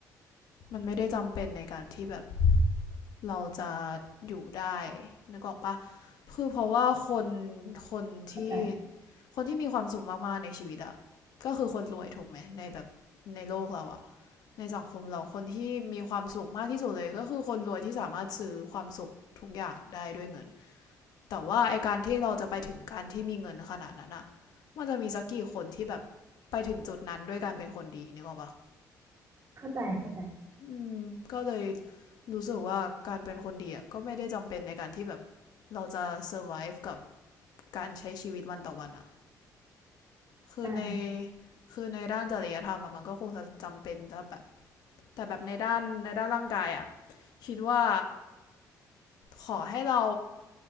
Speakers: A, on the left; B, on the right.
A: มันไม่ได้จำเป็นในการที่แบบเราจะอยู่ได้นึกออกปะคือเพราะว่าคนคนที่
B: เข้าใจ
A: คนที่มีความสุขมากๆในชีวิตอะก็คือคนรวยถูกไหมในแบบในโลกเราอะ ในสังคมเราคนที่มีความสุขมากที่สุดเลยก็คือคนรวยที่สามารถซื้อความสุขทุกอย่างได้ด้วยเงิน แต่ว่าไอการที่เราจะไปถึงการที่มีเงินขนาดนั้นอะมันจะมีสักกี่คนที่แบบไปถึงจุดนั้นด้วยการเป็นคนดีนึกออกปะ
B: เข้าใจเข้าใจ
A: อืมก็เลยรู้สึกว่าการเป็นคนดีอะก็ไม่ได้จำเป็นในการที่แบบเราจะ survive กับการใช้ชีวิตวันต่อวันอะคือใน
B: อ่า
A: คือในด้านจริยธรรมอะมันก็คงจะจำเป็นจะแบบแต่แบบในด้านในด้านร่างกายอะคิดว่า ขอให้เรา